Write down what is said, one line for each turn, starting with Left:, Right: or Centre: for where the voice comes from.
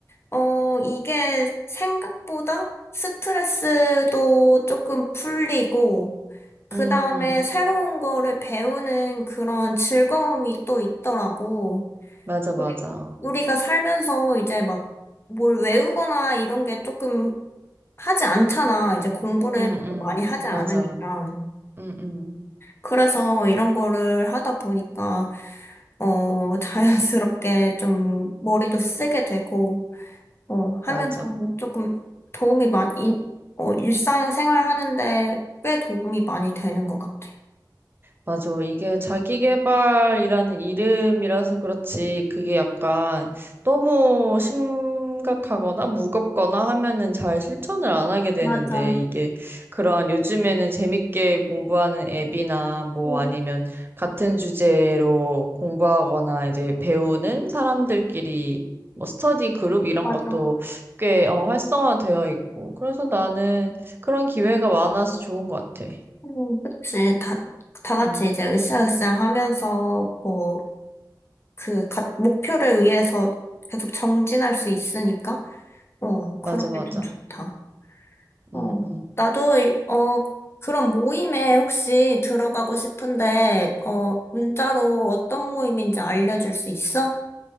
Left: 어, 이게 생각보다 스트레스도 조금 풀리고, 그
Right: 음,
Left: 다음에 새로운 거를 배우는 그런 즐거움이 또 있더라고.
Right: 맞아, 맞아.
Left: 그리고 우리가 살면서 이제 막 뭘 외우거나 이런 게 조금 하지 않잖아. 이제 공부를
Right: 음, 음,
Left: 많이 하지 않으니까.
Right: 맞아. 음, 음,
Left: 그래서 이런 거를 하다 보니까, 어, 자연스럽게 좀 머리도 쓰게 되고, 어, 하면
Right: 맞아.
Left: 좀 조금 도움이 많이, 어, 일상생활 하는데 꽤 도움이 많이 되는 것 같아.
Right: 맞아. 이게 자기계발이라는 이름이라서 그렇지, 그게 약간 너무 심각하거나 무겁거나 하면은 잘 실천을 안 하게 되는데,
Left: 맞아.
Right: 이게 그러한 요즘에는 재밌게 공부하는 앱이나 뭐
Left: 응,
Right: 아니면 같은 주제로 공부하거나 이제 배우는 사람들끼리 뭐 스터디 그룹 이런
Left: 맞아.
Right: 것도 꽤 어, 활성화되어 있고, 그래서 나는 그런 기회가 많아서 좋은 것 같아.
Left: 음, 그치. 다, 다 같이
Right: 음,
Left: 이제 으쌰으쌰 하면서, 뭐, 그, 가, 목표를 위해서 계속 정진할 수 있으니까, 어, 그런
Right: 맞아, 맞아.
Left: 게 좀 좋다. 어,
Right: 음, 음.
Left: 나도, 일- 어, 그런 모임에 혹시 들어가고 싶은데, 어, 문자로 어떤 모임인지 알려줄 수 있어?